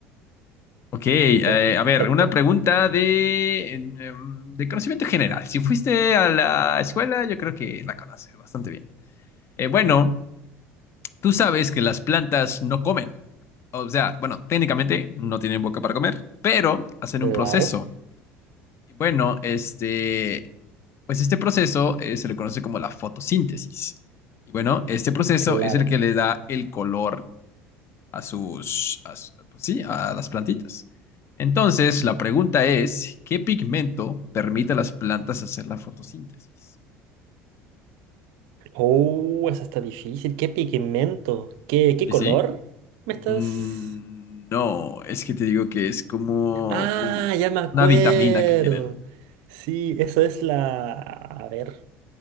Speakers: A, on the left; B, on the right.
A: Ok, eh,
B: Perfecto.
A: a ver, una pregunta de, en, em, de conocimiento general. Si fuiste a la escuela, yo creo que la conoces bastante bien. Eh, bueno, tú sabes que las plantas no comen. O sea, bueno, técnicamente no tienen boca para comer, pero hacen
B: Claro,
A: un proceso. Y Bueno, este, pues este proceso eh, se le conoce como la fotosíntesis. Y bueno, este proceso
B: claro.
A: es el que le da el color a sus, a su- pues sí, a las plantitas. Entonces, la pregunta es, ¿qué pigmento permite a las plantas hacer la fotosíntesis?
B: Oh, esa está difícil. ¿Qué pigmento? ¿Qué, qué
A: ¿Sí,
B: color?
A: sí?
B: ¿Me
A: Mm,
B: estás...?
A: no, es que te digo que es como
B: Ah,
A: un-
B: ya me acuerdo.
A: una vitamina que tienen.
B: Sí, eso es la... A ver.